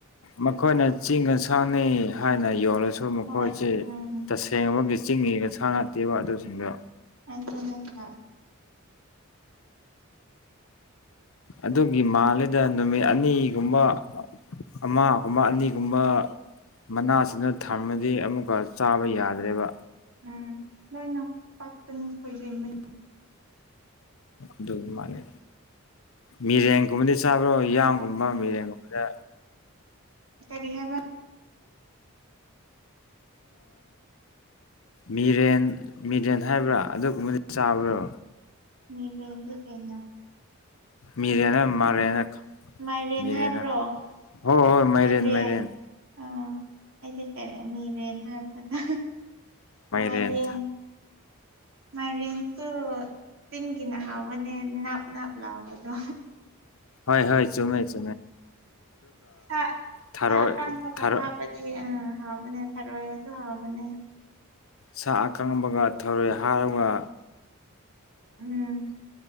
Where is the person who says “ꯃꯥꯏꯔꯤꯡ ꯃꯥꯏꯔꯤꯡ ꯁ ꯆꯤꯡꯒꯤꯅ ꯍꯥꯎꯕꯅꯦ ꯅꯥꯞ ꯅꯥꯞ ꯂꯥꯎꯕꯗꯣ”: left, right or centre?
Right